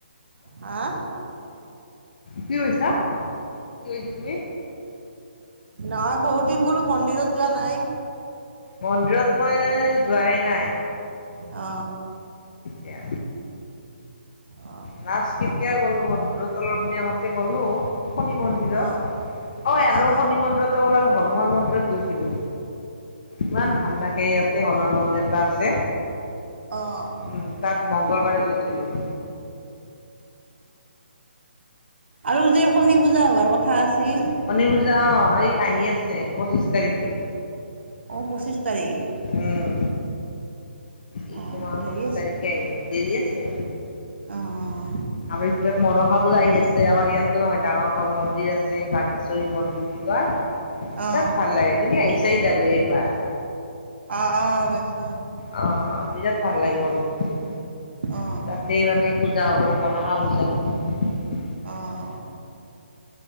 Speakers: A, on the right (about 70°); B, on the left (about 45°).
A: হা-
B: কি হৈছা কি কৈছা তুমি?
A: নহয় বহুত দিন বোলো মন্দিৰত যোৱা নাই।
B: মন্দিৰত মই যোৱাই নাই।
A: অ।
B: এতিয়া
A: অ',
B: নাচ কেতিয়া গল ব অলপ দি আগতে গ'লো শনি মন্দিৰত
A: অ', অ',
B: অই আৰু
A: অ',
B: শনি মন্দিৰতে গ'ল আৰু। হনুমান মন্দিৰত গৈছিলো। ইমান ভাল লাগে ইয়াতে হনুমান মন্দিৰ এটা আছে।
A: অ',
B: উম তাত মংগলবাৰে গৈছিলো।
A: আৰু যে শনি পূজা হোৱাৰ কথা আছিল।
B: শনি অ এই আহি আছে পঁচিশ তাৰিখে।
A: অ পঁচিছ তাৰিখ।
B: উম এইটো
A: অ',
B: মাৰ
A: দেৰি
B: পছিছ
A: আছে
B: তাৰিখে আহি আ দৰি আছে
A: অ',
B: আ মনসা পূজা আহি আছে আমাৰ ইয়াতে হয় ডাঙৰ কৈ মন্দিৰ আছে বাঘেশ্বৰী মন্দিৰ বুলি কয়।
A: অ',
B: তাত
A: অ',
B: ভাল লাগে তুমি আহিছাই কিজানি একবাৰ।
A: অহ অ গছো।
B: অ বিৰাট ভাল লাগে মন্দিৰটো
A: অ',
B: তাতে মানে পূ পূজা হ'ব মনসা পূজা।
A: অহ।